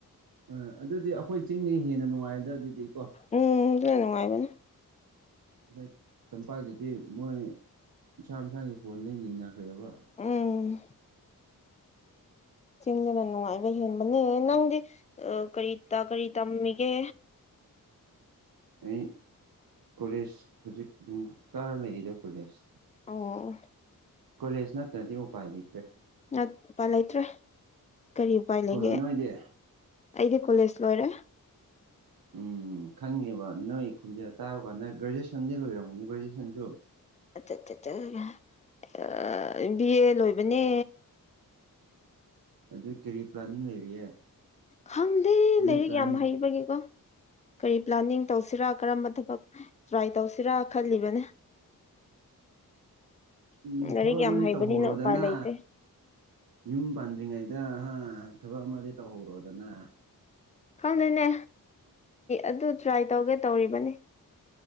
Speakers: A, on the right; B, on the left.
A: ꯑꯥ ꯑꯗꯨꯗꯤ ꯑꯩꯈꯣꯏ ꯆꯤꯡꯗꯒꯤ ꯍꯦꯟꯅ ꯅꯨꯡꯉꯥꯏꯗ ꯑꯗꯨꯗꯤ ꯀꯣ
B: ꯎꯝ ꯑꯗꯨꯅ ꯅꯨꯡꯉꯥꯏꯕꯅꯦ
A: ꯑꯩꯈꯣꯏ ꯇꯝꯄꯥꯛꯇꯗꯤ ꯃꯣꯏ ꯃꯁꯥ ꯃꯁꯥꯒꯤ ꯐꯣꯟꯗ ꯌꯦꯡꯅꯈ꯭ꯔꯦꯕ
B: ꯎꯝ ꯆꯤꯡꯗꯅ ꯅꯨꯡꯉꯥꯏꯕ ꯍꯦꯟꯕꯅꯦ ꯅꯪꯗꯤ ꯀꯔꯤ ꯀꯔꯤ ꯇꯝꯃꯤꯒꯦ
A: ꯑꯩ ꯀꯣꯂꯦꯖ ꯍꯧꯖꯤꯛ ꯑꯗꯨꯝ ꯀꯥꯔꯥ ꯂꯩꯗ ꯀꯣꯂꯦꯖ
B: ꯑꯣ
A: ꯀꯣꯂꯦꯖ ꯅꯠꯇ꯭ꯔꯗꯤ ꯎꯄꯥꯏ ꯂꯩꯇ꯭ꯔꯦ
B: ꯅꯠꯄ ꯂꯩꯇ꯭ꯔꯦ ꯀꯔꯤ ꯎꯄꯥꯏ ꯂꯩꯒꯦ
A: ꯀꯩꯅꯣ ꯅꯣꯏꯗꯤ
B: ꯑꯩꯗꯤ ꯀꯣꯂꯦꯖ ꯂꯣꯏꯔꯦ
A: ꯎꯝ ꯈꯪꯉꯦꯕ ꯅꯣꯏ ꯈꯣꯟꯖꯦꯜ ꯇꯥꯕ ꯀꯥꯟꯗ ꯒ꯭ꯔꯦꯖꯨꯑꯁꯟꯗꯤ ꯂꯣꯏꯔꯝꯒꯅꯤ ꯒ꯭ꯔꯦꯖꯨꯑꯦꯁꯟꯁꯨ꯫
B: <unintelligible> ꯕꯤ ꯑꯦ ꯂꯣꯏꯕꯅꯦ
A: ꯑꯗꯨ ꯀꯔꯤ ꯄ꯭ꯂꯥꯟꯅꯤꯡ ꯂꯩꯔꯤꯌꯦ
B: ꯈꯪꯗꯦ
A: ꯑꯦꯅꯤ
B: ꯂꯥꯏꯔꯤꯛ
A: ꯄ꯭ꯂꯥꯅꯤꯡ
B: ꯌꯥꯝ ꯍꯩꯕꯒꯤꯀꯣ ꯀꯔꯤ ꯄ꯭ꯂꯥꯟꯅꯤꯡ ꯇꯧꯁꯤꯔꯥ ꯀꯔꯝꯕ ꯊꯕꯛ ꯇ꯭ꯔꯥꯏ ꯇꯧꯁꯤꯔꯥ ꯈꯜꯂꯤꯕꯅꯦ꯫ <inaudible>
A: ꯎꯝ
B: ꯂꯥꯏꯔꯤꯛ
A: ꯊꯕꯛ
B: ꯌꯥꯝ
A: ꯑꯃꯗꯤ
B: ꯍꯩꯕꯅꯤꯅ
A: ꯇꯧꯍꯧꯔꯣꯗꯅ
B: ꯎꯄꯥꯏ ꯂꯩꯇꯦ
A: ꯌꯨꯝ ꯄꯥꯟꯗ꯭ꯔꯤꯉꯩꯗ ꯑꯥ ꯊꯕꯛ ꯑꯃꯗꯤ ꯇꯧꯍꯧꯔꯣꯗꯅ
B: ꯈꯪꯗꯦꯅꯦ ꯑꯗꯨ ꯇ꯭ꯔꯥꯏ ꯇꯧꯒꯦ ꯇꯧꯔꯤꯕꯅꯤ